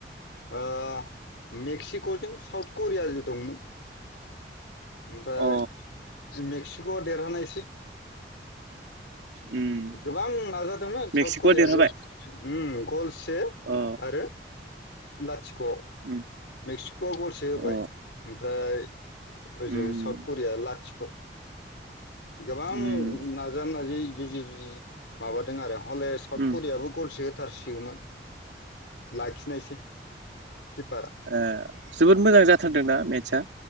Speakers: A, on the left; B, on the right.
A: ओ मेक्सिक'जों साउथ करियाजो दंमोन। ओमफाय
B: अ
A: मेक्सि ग देरहानायसै।
B: उम
A: गोबां नाजादोंमोन
B: मेक्सिक'आ
A: साउथ करियाबो
B: देरहाबाय
A: उम गलसे
B: अ
A: आरो ओमबा थिक क'आव
B: उम
A: मेक्सिक'आ गलसे होबाय
B: अ
A: ओमफ्राय ओजों
B: उम
A: साउथ करिया लाथिख'। गोबां
B: उम
A: नाजा नाजि जुजि जुजि माबादों आरो हले साउथ
B: उम
A: करियाबो गलसे होथारसिगौमोन। लाखिनायसै किपारा
B: ओ जोबोद मोजां जाथारदोंना ना मेटसआ?